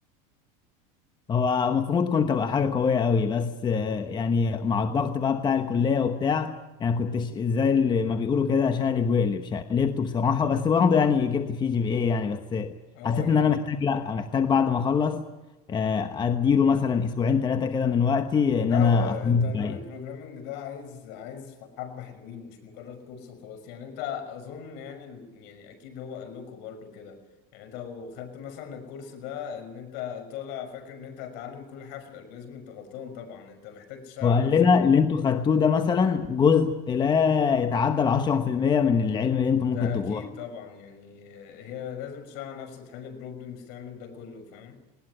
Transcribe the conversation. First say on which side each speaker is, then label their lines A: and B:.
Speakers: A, on the left (about 25°); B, on the left (about 60°).
A: هو المفروض كنت ابقى حاجه قويه قوي بس آه، يعني مع الضغط بقى بتاع الكليه وبتاع يعني كنت ش- زي اللي ما بيقولوا كده شقلب واقلب شقلبته بصراحه بس برضه يعني جبت فيه جي بي اي يعني بس
B: اه
A: حسيت
B: يعني
A: ان انا محتاج لا محتاج بعد ما اخلص آه، اديله مثلا اسبوعين ثلاثه كده من وقتي ان
B: لا
A: انا
B: هو
A: افهمه
B: الدايناميك
A: بعيد
B: بروجرامنج ده عايز عايز حبة حلوين مش مجرد كورس وخلاص يعني انت اظن يعني يعني اكيد هو قال لكم برضو كده يعني انت لو خدت مثلا الكورس ده ان انت طالع فاكر ان انت هتتعلم كل حاجة في الالجوريزم انت غلطان طبعا انت محتاج تشتغل
A: وقال
B: على نفسك
A: لنا اللي انتوا خدتوه ده مثلا جزء لا يتعدى ال 10% من العلم اللي انتوا
B: ده
A: ممكن تبقوه
B: اكيد طبعا يعني هي لازم تشتغل على نفسك تحل بروبلمز تعمل ده كله فاهم